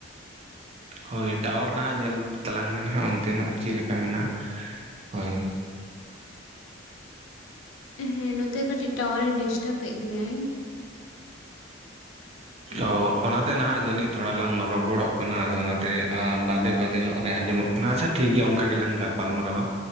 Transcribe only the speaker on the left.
ᱦᱮᱸ ᱱᱚᱛᱮ ᱠᱟᱹᱴᱤᱡ ᱴᱟᱣᱟᱨᱮ ᱰᱤᱥᱴᱟᱵ ᱮᱫ ᱜᱮᱭᱟᱭ ᱾